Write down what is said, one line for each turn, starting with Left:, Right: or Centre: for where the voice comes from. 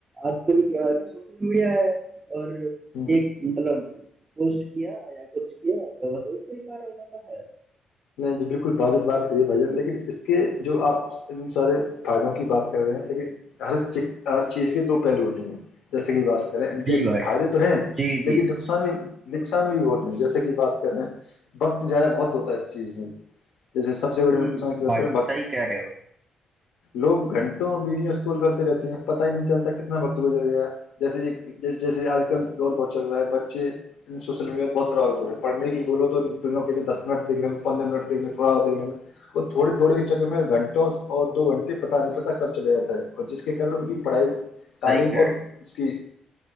Right: آپ کل کیا گ سو <inaudible> اڑیا ہے اور
Left: ہ
Right: ایک مطلب پسٹ کیا یا کچھ کیا تو بس اس سے کار ہو جاتا ہے
Left: جی بالکل بجت بات کریے بائی جان لیکن اس کے جو آپ ان سارے فائدوں کی بات کر رہے ہیں لیکن ہر ہر چیز کے دو پہلو ہوتے ہیں جیسے کی بات کریں ان کے
Right: جی بھائی
Left: فائدے
Right: جان
Left: تو ہیں
Right: جی جی
Left: لیکن
Right: جی
Left: نقصان بھی نکقسان بھی بہتے ہیں جیسے کہ بات کریں وقت جایا بہت ہوتا ہے اس چیز میں جیسے سب سے بڑے
Right: ہمم
Left: نقصان کی بات
Right: بھائی
Left: کریں وقت
Right: صحیح کہہ رہے ہو
Left: لوگ گھنٹوں ویڈیو اسکال کرتے رہتے ہیں پت ہی نہیں چلتا کتنا وقت گزر گیا جیسے جیسے آج کل دور بہت چل رہا ہے بچے سوشل میڈیاہ بہت پرباوت ہو رہے ہیں پڑھنے بولو تو دوں کے دس منٹ دیکھ لیں پندر منٹ دیکنے تھوڑا دیکنے اور تھوڑی تھوڑے چکر میں گھنٹوں اور دو گھنٹے پتا نہیں پتا کب چل جاتا ہے اور جس کے ان پڑھائی تعلیم
Right: صحیح کہہ
Left: اور
Right: رہے ہو
Left: اس کی